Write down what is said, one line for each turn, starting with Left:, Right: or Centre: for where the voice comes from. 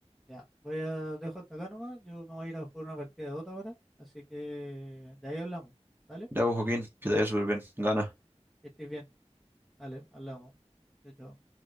Centre: ya, voy a dejo hasta acá nomás, yo me voy a ir a jugar una partida de otra ahora, así que de ahí hablamos, ¿vale?
Right: Ya, pues, Joaquín, que te vaya súper bien. Gana.
Centre: Que estés bien, dale, hablamos. Chao, chao.